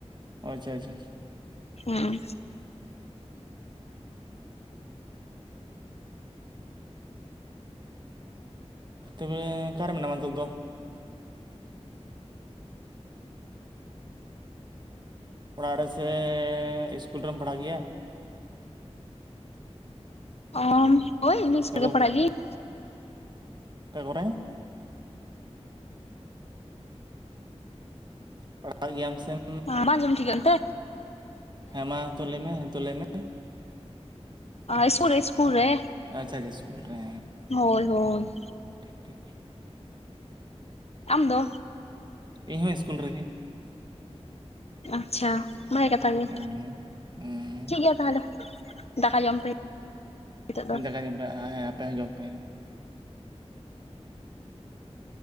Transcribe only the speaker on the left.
ᱦᱮᱸ
ᱚ ᱦᱳᱭ ᱤ ᱥᱠᱩᱞ
ᱜᱮ ᱯᱟᱲᱦᱟᱜ ᱜᱮᱭᱟᱧ
ᱵᱟᱝ ᱟᱸᱡᱚᱢ ᱴᱷᱤᱠᱟᱹᱜ ᱛᱮ
ᱥᱠᱩᱞ ᱨᱮ ᱥᱠᱩᱞ ᱨᱮ
ᱦᱳᱭ ᱦᱳᱭ
ᱟᱢᱫᱚ
ᱟᱪᱪᱷᱟ ᱵᱷᱟᱜᱮ ᱠᱟᱛᱷᱟ ᱜᱮ
ᱴᱷᱤᱠ ᱜᱮᱭᱟ ᱛᱟᱦᱚᱞᱮ ᱫᱟᱠᱟ ᱡᱚᱢ ᱯᱮ ᱱᱤᱛᱚᱜ ᱫᱚ